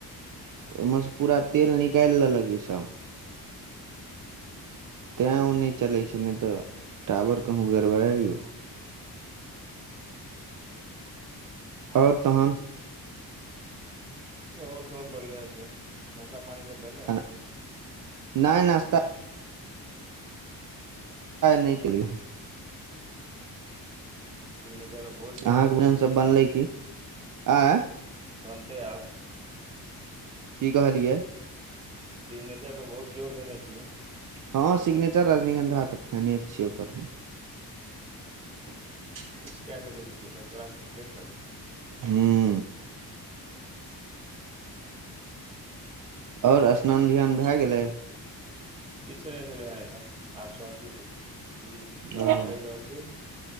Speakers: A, on the right; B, on the right.
A: ओहिमे सँ पूरा तेल निकालि लेलक ईसभ तैँ ओ नहि चलै छै नहि तऽ टावर कहूँ गड़बड़ाइ यौ आओर तहन
B: आओर सब बढ़िया छै नशा पानी सब भेलै
A: खाना नहि नास्ता नहि केेलिया
B: सिग्नेचर पर बहुत जोर
A: अहाँके
B: देने
A: भोजन
B: छी
A: सब
B: की
A: बनलै आँय
B: बनते है आब
A: की कहलियै
B: सिग्नेचर पर बहुत जोर देने छीही
A: हँ सिग्नेचर रजनीगन्धा तऽ फेने छियै ओकर <inaudible>
B: किछ क सकै क तू सब तोरा सब मे के सकतै
A: हँ आओर स्नान ध्यान भए गेलै
B: किछु नहि भेलै हेन एखन आब सबकछु हेतैी जी
A: ओ
B: तू कहि रहल छी